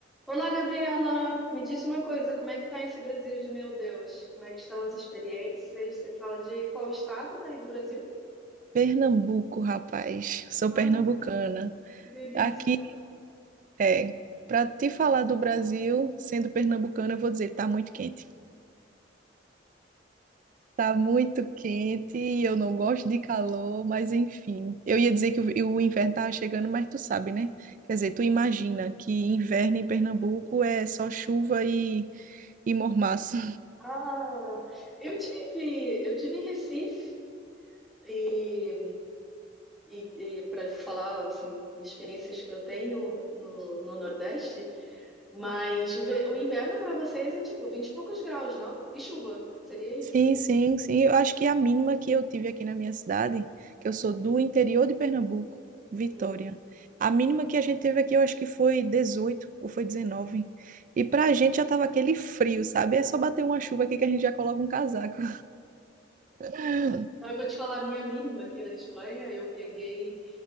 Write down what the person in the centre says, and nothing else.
Olá, Gabriela. Me diz uma coisa, como é que tá esse Brasil de meu Deus? Como é que estão as experiências? Você fala de qual estado daí do Brasil?
Ah,
que delícia.
Ah, eu tive, eu tive em Recife e, e, para falar assim, de experiências que eu tenho no, no Nordeste, mas o, ve- o inverno para vocês é tipo 20 e poucos graus, não? E chuva, seria isso?
Hum.
Então, Eu vou te falar a minha mínima aqui na Espanha. Eu peguei